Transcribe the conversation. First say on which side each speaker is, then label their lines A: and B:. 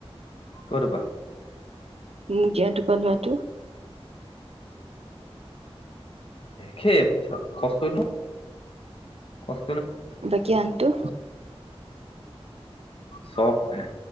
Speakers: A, on the left; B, on the right.
A: ক'ত পা
B: উ কিয়টো পালো ত
A: খেই পইচা খৰচ কৰিলো কচ
B: বাকি আনতৌ
A: চব এ